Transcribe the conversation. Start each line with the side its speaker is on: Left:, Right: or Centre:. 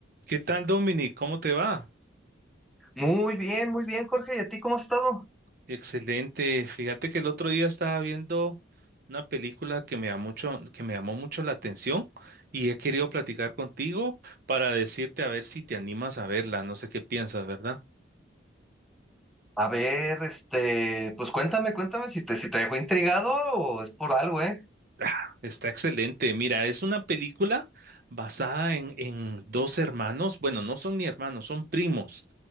Right: ¿Qué tal, Dominic? ¿Cómo te va?
Centre: Muy bien, muy bien, Jorge. ¿Y a ti cómo has estado?
Right: Excelente. Fíjate que el otro día estaba viendo una película que me llamó mucho, que me llamó mucho la atención y he querido platicar contigo para decirte a ver si te animas a verla. No sé qué piensas, ¿verdad?
Centre: A ver, este, pues cuéntame, cuéntame si te, si te dejó intrigado o es por algo, ¿eh?
Right: Ah, Está excelente. Mira, es una película basada en, en dos hermanos. Bueno, no son ni hermanos, son primos,